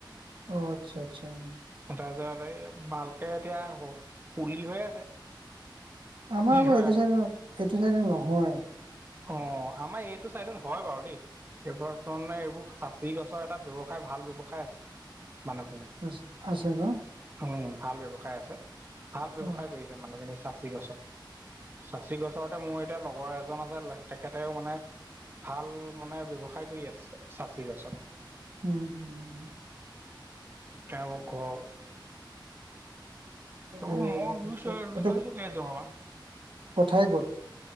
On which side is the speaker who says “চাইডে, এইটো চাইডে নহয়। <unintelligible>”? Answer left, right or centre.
Right